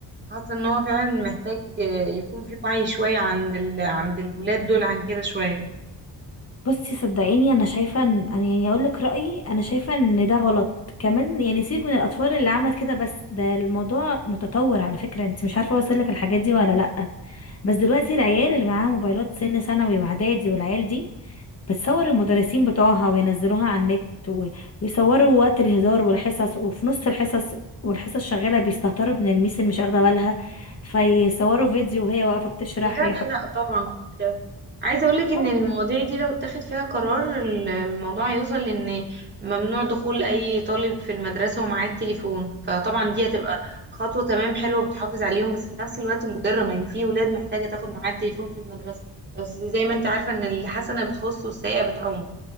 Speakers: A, on the right; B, on the left.
A: حاسه ان هو فعلا محتاج يكون في وعي شويه عند ال... عند الولاد دول عن كده شويه
B: بصي صدقيني انا شايفه ان أنا يعني اقول لك رايي انا شايفه ان ده غلط كمان يعني سيبك من الاطفال اللي عملت كده بس ده الموضوع متطور على فكره انت مش عارفه اوصل لك الحاجات دي ولا لا بس دلوقتي العيال اللي معاها موبايلات سن ثانوي واعدادي والعيال دي بتصور المدرسين بتوعها وينزلوها على النت و- ويصوروا وقت الهزار والحصص وفي نص الحصص والحصص شغالة بيستهتروا من الميس اللي مش واخدة بالها فيصوروا فيديو وهي واقفة بتشرح
A: لا لا لا طبعا كل ده عايزه اقول لك ان
B: يحطوها
A: المواضيع دي لو اتخذ فيها قرار ال- الموضوع هيوصل لان ممنوع دخول اي طالب في المدرسه ومعاه التليفون فطبعا دي هتبقى خطوه تمام حلوه بتحافظ عليهم بس في نفس الوقت مضره ما هي في ولاد محتاجه تاخد معاها التليفون في المدرسه بس زي ما انت عارفه ان الحسنه بتخص والسيئه بتعم